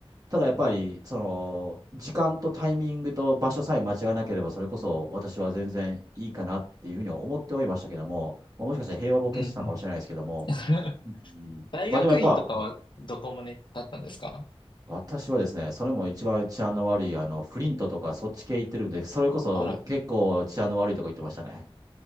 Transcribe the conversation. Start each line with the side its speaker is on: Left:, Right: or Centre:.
Right: ただやっぱり、その、時間とタイミングと場所さえ間違えなければ、それこそ私は全然いいかなっていうふうに思ってはいましたけども、まあもしかしたら平和ボケしてたのかもしれないですけども、
Left: うんうん。<laughs>
Right: うん、
Left: 大学院とかはどこもね、
Right: まあでもやっぱ、
Left: だったんですか
Right: 私はですね、それも一番治安の悪い、あの、フリントとかそっち系行ってるんで、それこそ結構治安の悪いとこ行ってましたね。
Left: あら、